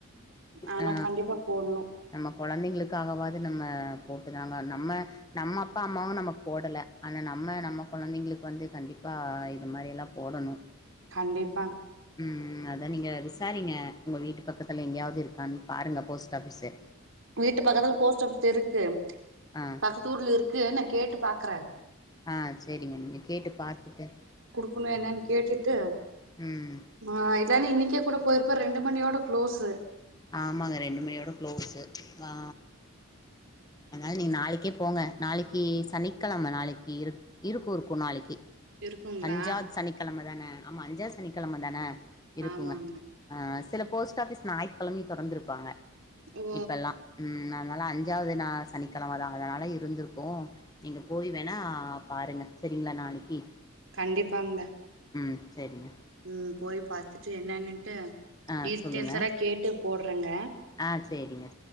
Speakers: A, on the right; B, on the left.
A: ஆனா
B: ஆ
A: கண்டிப்பா போடணு
B: நம்ம கொழந்தைங்களுக்காகவாது நம்ம போட்டுதாங்க நம்ம நம்ம அப்பா அம்மாவு நமக்கு போடல ஆன நம்ம நம்ம கொழந்தைங்களுக்கு வந்து கண்டிப்பா இது மாரில்லா போடணு
A: கண்டிப்
B: ம், ம் அது அத நீங்க விசாரிங்க உங்க வீட்டு பக்கத்துல எங்கயாவுது இருக்கானு பாருங்க போஸ்ட் ஆஃபிஸு
A: வீட்டு பக்கத்துல போஸ்ட் ஆஃபிஸ் இருக்கு
B: ஆ
A: பக்கத்தூர்ல இருக்கு நா கேட்டு பாக்கற
B: ஆ சேரிங்க நீங்க கேட்டு பாத்துட்டு
A: கனு என்னனு கேட்டுட்டு
B: ம்
A: மா இல்லேனா இன்னிக்கே கூட போய்ருப்ப ரெண்டு மணியோட க்ளோஸு
B: ஆமாங்க ரெண்டு மணியோட க்ளோஸு ஆ அதனால நீங்க நாளைக்கே போங்க நாளக்கி சனிக்கெழம நாளக்கி இரு இருக்கு இருக்கு நாளக்கி
A: இருக்குங்களா
B: அஞ்சாது சனிக்கெழம தான ஆமா அஞ்சாது சனிக்கெழம தான இருக்குங்க
A: ஆமாங்க
B: ஆ சில போஸ்ட் ஆஃபிஸ் ஞாயித்கெழமையு தொறந்துருப்பாங்க
A: ஓ
B: இப்பெல்லா உம் நா நாலா அஞ்சாவது நா சனிக்கெழமதா அதனால இருந்திருக்கோ நீங்க போய் வேணா பாருங்க செரிங்ளா நாளக்கி
A: கண்டிப்பாங்க
B: உம் செரிங்க
A: உம் போய் பாத்துட்டு என்னான்னு ட்ட
B: ஆ சொல்லுங்க
A: <unintelligible> கேட்டு போட்றங்க
B: ஆ செரிங்க